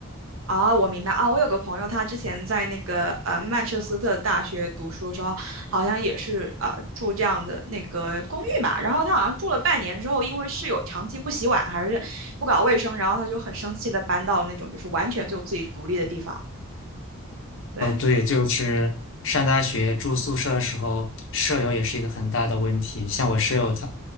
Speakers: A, on the right; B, on the left.
A: 哦，我明白啊，我有个朋友，他之前在那个呃曼彻斯特大学读书的时候，好像也是呃住这样的那个公寓嘛，然后他好像住了半年之后，因为室友长期不洗碗还是不搞卫生，然后他就很生气的搬到了那种就是完全就自己独立的地方，对。
B: 哦，对，就是上大学住宿舍的时候，舍友也是一个很大的问题。像我舍友他，